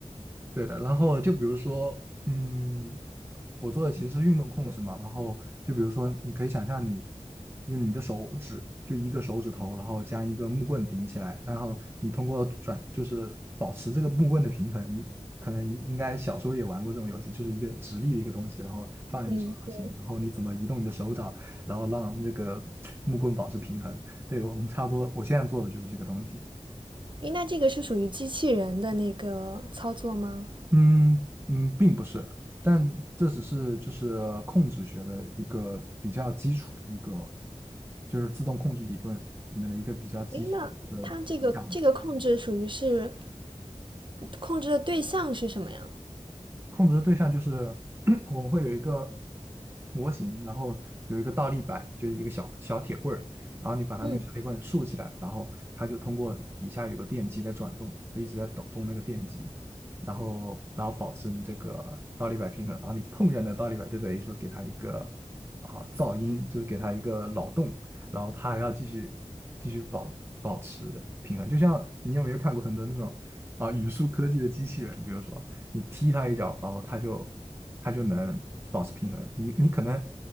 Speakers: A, on the right; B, on the right.
A: 对的，然后就比如说，嗯，我做的其实是运动控制嘛，然后就比如说，你可以想象你用你的手指，就一个手指头，然后将一个木棍顶起来，然后你通过转，就是保持这个木棍的平衡。你可能应该小时候也玩过这种游戏，就是一个直立的一个东西，然后放在你手掌心，
B: 嗯，对。
A: 然后你怎么移动你的手掌，然后让那个木棍保持平衡。对，我们差不多，我现在做的就是这个东西。
B: 诶，那这个是属于机器人的那个操作吗？
A: 嗯嗯，并不是，但这只是就是控制学的一个比较基础的一个，就是自动控制理论里面的一个比较基础的讲
B: 诶，那它这个这个控制属于是控制的对象是什么呀？
A: 控制的对象就是 <clears throat> 我们会有一个模型，然后有一个倒立摆，就是一个小小铁棍儿，然后你把它那个小铁棍竖起来，
B: 嗯
A: 然后它就通过底下有个电机在转动嘛，一直在抖动那个电机，然后然后保持你这个倒立摆平衡，然后你碰一下那倒立摆，就等于说给它一个啊噪音，就是给它一个扰动，然后它还要继续继续保保持平衡，就像你有没有看过很多那种啊语数科技的机器人，比如说。你踢他一脚，然后他就他就能保持平衡。你你可能